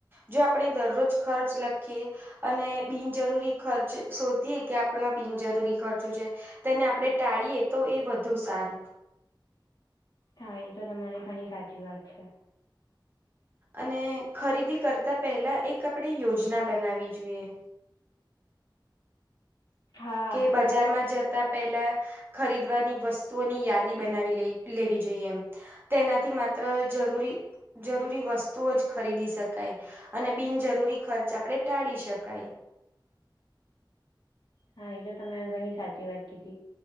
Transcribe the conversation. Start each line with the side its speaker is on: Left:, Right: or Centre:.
Right: જો આપણે દરરોજ ખર્ચ લખીએ. અને બિનજરૂરી ખર્ચ શોધીએ કે આપણો આ બિનજરૂરી ખર્ચો છે. તેને આપણે ટાળીએ તો એ વધુ સારું
Left: હા એ તો તમારી ઘણી સાચી વાત છે.
Right: અને ખરીદી કરતા પહેલા એક આપણે યોજના બનાવી જોઈએ.
Left: હા
Right: કે બજારમાં જતા પેલા ખરીદવારની વસ્તુઓની યાદી બનાવી લેવી જોઈએ એમ તેનાથી માત્ર જરૂરી જરૂરી વસ્તુઓ જ ખરીદી શકાય અને બિનજરૂરી ખર્ચ આપણે ટાળી શકાય.
Left: હા એ તો તમે ઘણી સાચી વાત કીધી